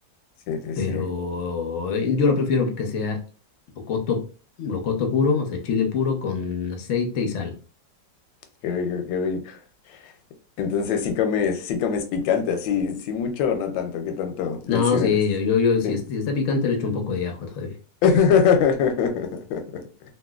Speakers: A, on the left; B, on the left.
A: Sí, sí,
B: Pero
A: sí.
B: eh, yo lo prefiero que sea locoto, locoto puro, o sea, chile puro con aceite y sal.
A: Qué rico, qué rico. Entonces sí comes, sí comes picante, así, sí mucho o no tanto, ¿qué tanto
B: No,
A: consideras?
B: sí, yo, yo, yo si,
A: Sí.
B: es- si está picante le echo un poco de ajo todavía.
A: <laughs>